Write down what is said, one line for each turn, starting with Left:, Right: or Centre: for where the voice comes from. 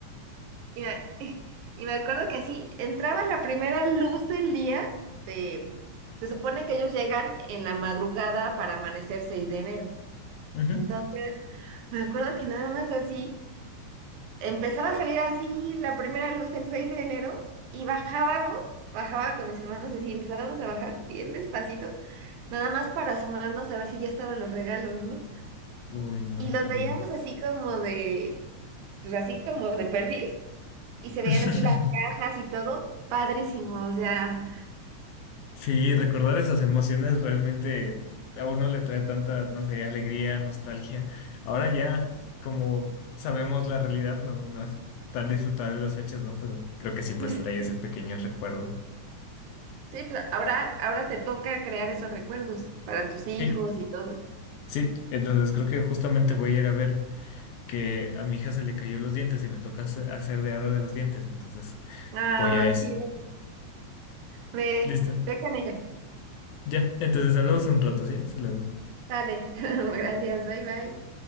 Right: Y me, <laughs> y me acuerdo que así entraba la primera luz del día de... Se supone que ellos llegan en la madrugada para amanecer 6 de enero.
Left: Ujú.
Right: Entonces, me acuerdo que nada más así, empezaba a salir así la primera luz del 6 de enero y bajábamos, bajaba con mis hermanos así, empezábamos a bajar bien despacito, nada más para asomarnos a ver si ya estaban los regalos, ¿no?
Left: Uy, no,
Right: Y
Left: sí.
Right: los veíamos así como de, pues así como de perfil, y se veían
Left: <laughs>
Right: así las cajas y todo, padrísimo, o sea,
Left: Sí, recordar esas emociones realmente a uno le trae tanta, no sé, alegría, nostalgia. Ahora ya, como sabemos la realidad, no, no es tan disfrutable las fechas, ¿no? Pero creo que siempre
Right: sí,
Left: trae ese pequeño recuerdo.
Right: pues ahora, ahora te toca crear esos recuerdos para tus hijos
Left: Sí,
Right: y todos.
Left: sí, entonces creo que justamente voy a ir a ver que a mi hija se le cayó los dientes y me toca hace- hacer de hada de los dientes, entonces
Right: Ay,
Left: voy a eso.
Right: sí, ve,
Left: Listo.
Right: ve con ella.
Left: Ya, entonces hablamos un rato, ¿sí? Hasta luego.
Right: Dale, <laughs> gracias, bye bye.